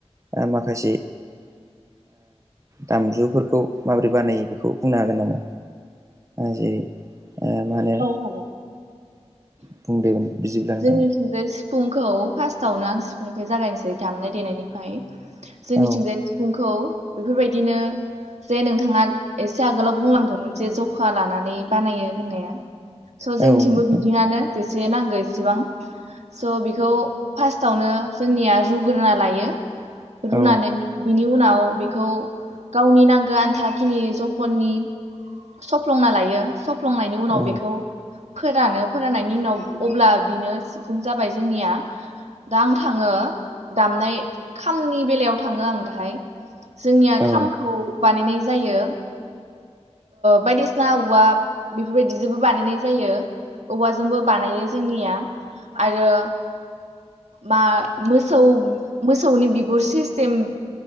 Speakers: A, on the right; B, on the right.
A: माखासे दामजुफोरखौ माबोरै बानायो बेखौ बुंनो हागोन नामा जेरै मा होनो
B: हागोन
A: बुंदों बिदिब्ला नोंथाङा
B: जोंनिथिंजाय सिफुंखौ फास्थआवनो आं सिफुंनिफ्राय जागायनोसै दामनाय देनायनिफ्राय जोंनिथिंजाय
A: औ
B: सिफुंखौ बेफोरबाय बायदिनो जे नोंथाङा एसे आगोलाव बुंलांदोंमोन जे जखा लानानै बानायो होननाया। स'
A: औ
B: जोंनिथिंबो
A: नोंथां
B: बिदिङानो। नांगौ इसेबां। स' बेखौ फार्स्टावनो जोंनिया रुग्रोना लायो। रुनानै
A: औ
B: बिनि उनाव बेखौ गावनि नांगो आन्था खिनि जखननि सफ्लंना लायो सफ्लंनायनि उनाव
A: औ
B: बेखौ फोरानो फोर फोरनायनि उनाव अब्ला बिनो सिफुं जाबाय जोंनिया। दा आं थाङो दामनाय खामनि बेलायाव थाङो आं दाहाय जोंनिया
A: औ
B: खामखौ बानायनाय जायो। बायदिसिना औवा बेफोरबायदिजोंबो बानायनाय जायो। औवाजोंबो बानायो जोंनिया आरो मा मोसौ मोसौनि बिगुर सिस्टेम